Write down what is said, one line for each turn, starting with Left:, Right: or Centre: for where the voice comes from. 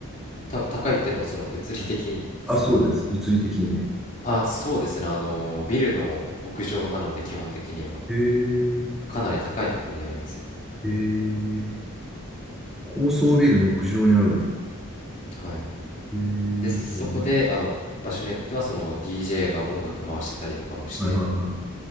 Left: た、高いってのはその物理的ですか、
Centre: あ、そうです。
Left: あの。
Centre: 物理的にね。
Left: あ、そうですね。あの、ビルの屋上なので、基本的には。
Centre: へえ。
Left: かなり高いところにありますよ。
Centre: へえ。高層ビルの屋上にあるんだ。
Left: はい。
Centre: へえ。うん
Left: で、そこで、あの、場所によっては、その DJ が音楽回してたりとかもして、
Centre: はいはいは